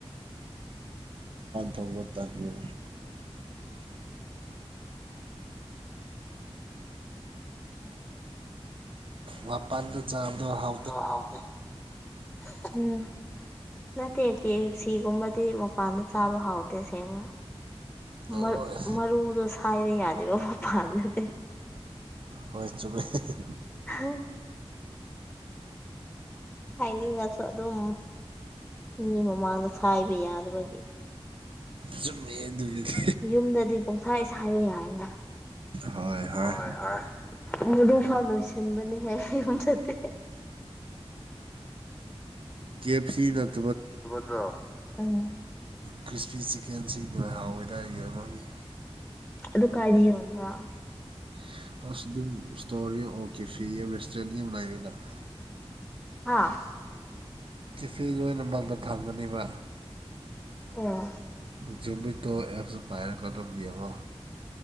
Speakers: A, on the right; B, in the centre.
A: ꯇꯟꯕꯅꯦ ꯃꯄꯥꯟꯗꯨ ꯆꯥꯕꯗꯣ ꯍꯥꯎ
B: <unintelligible> ꯅꯠꯇꯦ ꯀꯦ ꯑꯦꯐ ꯁꯤꯒꯨꯝꯕꯗꯤ ꯃꯄꯥꯟꯗ ꯆꯥꯕ ꯍꯥꯎꯇꯦ ꯁꯦꯡꯅ
A: ꯍꯣꯏ
B: ꯃꯔ ꯃꯔꯨꯗꯣ ꯁꯥꯢꯕ ꯌꯥꯗꯦꯕ ꯃꯄꯥꯟꯗꯗꯤ
A: ꯍꯣꯢ ꯆꯨꯝꯃꯦ ꯍꯦ ꯍꯦ
B: ꯍ ꯁꯥꯢꯅꯤꯡꯉꯁꯨ ꯑꯗꯨꯝ ꯃꯤ ꯃꯃꯥꯡꯗ ꯁꯥꯢꯕ ꯌꯥꯗꯕꯒꯤ
A: ꯆꯨꯝꯃꯦ ꯑꯗꯨꯒꯤꯗꯤ
B: ꯌꯨꯝꯗꯗꯤ ꯄꯪꯁꯥꯢ ꯁꯥꯢꯕ ꯌꯥꯢꯑꯦꯅ
A: ꯍꯣꯏ ꯍꯣꯏ
B: ꯍꯣꯢ ꯍꯣꯢ ꯃꯔꯨ ꯐꯥꯎ ꯂꯣꯢꯁꯟꯕꯅꯦꯍꯦ ꯌꯨꯝꯗꯗꯤ
A: ꯀꯦꯞ ꯑꯦꯐ ꯁꯤꯅ
B: ꯑꯕꯗꯣ ꯑꯪ
A: ꯀ꯭ꯔꯤꯁꯄꯤ ꯆꯤꯛꯀꯦꯟꯁꯤꯡꯗꯣ ꯍꯥꯎꯋꯦꯗꯥꯢ ꯑꯃꯒꯤ
B: ꯑꯗꯨ ꯀꯥꯢꯗ ꯌꯣꯟꯕ꯭ꯔꯥ
A: <unintelligible>
B: ꯍꯥꯥ
A: ꯀꯦꯐꯦ ꯂꯣꯏꯅꯃꯛꯗ ꯊꯝꯒꯅꯦꯕꯥ
B: ꯑꯣ
A: ꯖꯨꯃꯤꯇꯣ ꯑꯦꯞꯁ ꯗꯣ ꯄꯥꯏꯔꯒ ꯑꯗꯨꯝ ꯌꯦꯡꯉꯣ